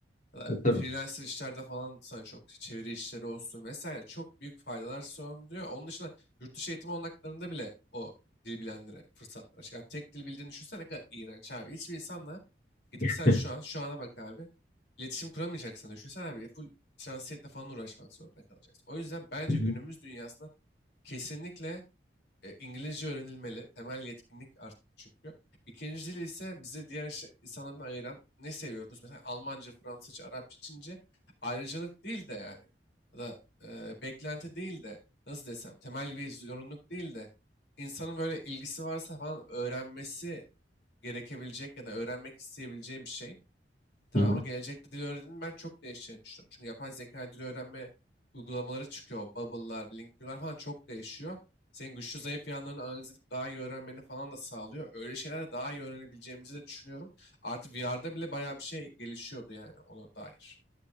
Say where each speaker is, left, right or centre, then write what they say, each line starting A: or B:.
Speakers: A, on the left; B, on the left.
A: Ya da
B: E, Tabii.
A: freelancer işlerde falan sana çok çeviri işleri olsun vesaire çok büyük faydalar sunuyor. Onun dışında yurt dışı eğitim olanaklarında bile o dil bilenlere fırsatlar açık. Yani tek dil bildiğini düşünsene ne kadar iğrenç abi. Hiçbir insanla gidip
B: <laughs>
A: sen şu an, şu ana bak abi. iletişim kuramayacaksın. Düşünsene abi full translate'le falan uğraşmak zorunda kalacaksın. O yüzden bence
B: Hı hı.
A: günümüz dünyasında Kesinlikle e, İngilizce öğrenilmeli. Temel yetkinlik artık çünkü. İkinci dil ise bizi diğer iş- insanlardan ayıran ne seviyoruz? Mesela Almanca, Fransızca, Arapça, Çince ayrıcalık değil de yani. Ya da e, beklenti değil de nasıl desem temel bir zorunluluk değil de insanın böyle ilgisi varsa falan öğrenmesi gerekebilecek ya da öğrenmek isteyebileceği bir şey. Tamam
B: Hı hı.
A: ama gelecekte dil öğrenimi ben çok değişeceğini düşünüyorum. Çünkü yapay zeka dil öğrenme uygulamaları çıkıyor. Bubble'lar, Linker'lar falan çok değişiyor. Senin güçlü zayıf yanlarını analiz edip daha iyi öğrenmeni falan da sağlıyor. Öyle şeylerle daha iyi öğrenebileceğimizi de düşünüyorum. Artı VR'da bile bayağı bir şey gelişiyordu yani ona dair.